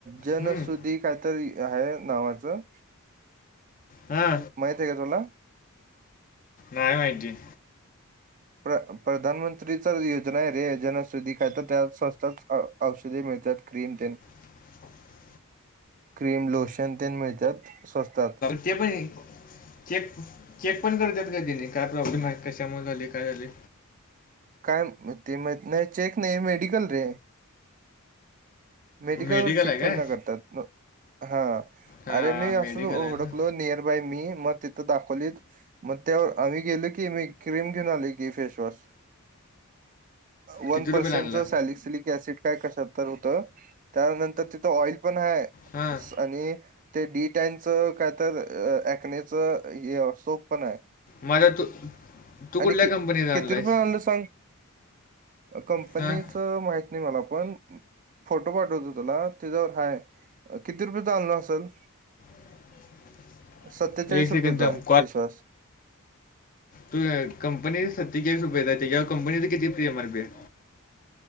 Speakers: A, on the right; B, on the left.
A: जनसुदी
B: हं.
A: काय तरी आहे नावाचं.
B: हा.
A: माहित आहे का तुला?
B: नाय माहिती.
A: प्र, प्रधानमंत्रीच योजना आहे रे जनसुधी काय तर, त्या संस्था औषधे मिळतात, क्रीम तेन.
B: <inaudible>
A: क्रीम, लोशन, तेन मिळतात. स्वस्तात
B: ते पण चेक चेक पण करतात का तेनी? काय प्रॉब्लेम आहे? कशामुळे झाले? काय झाले?
A: काय ते माहित नाही चेक नाही, मेडिकल रे. मेडिकलवर
B: मेडिकल
A: चेक
B: आहे काय?
A: थोडी ना करतात, हा
B: हां,
A: अरे मी
B: मेडिकल
A: असं हुडकलो
B: आहे ना.
A: निअर बाय मी मग तिथं दाखवलेत, मग त्या आम्ही गेलं की मी क्रीम घेऊन आलोय की फेसवॉश. वन
B: किती रुपयाला
A: पर्सेंटचं
B: आणला
A: सॅलिक सिलिक असिड काय कशात तर होतं. त्यानंतर तिथं ऑईल पण आहे
B: हा
A: असं आणि ते डी टॅनच काय तर अक्नेचं हे सोप पण आहे.
B: माझा तू तू कुठल्या
A: आणि कि
B: कंपनीचा
A: किती
B: आणलायस
A: रुपये आणल सांग कंपनीच
B: हा
A: माहित नाही, मला पण फोटो पाठवतो तुला त्याच्यावर हाय किती रुपयेचा आणला असल
B: <unintelligible>
A: सत्तेचाळीस
B: एक सेकंद
A: रुपयेचा
B: थांब
A: आहे फेसवॉश
B: तूझ कंपनी सत्तेचाळीस रुपयाचा आहे त्याच्यावर कंपनीच किती एम आर पी आहे.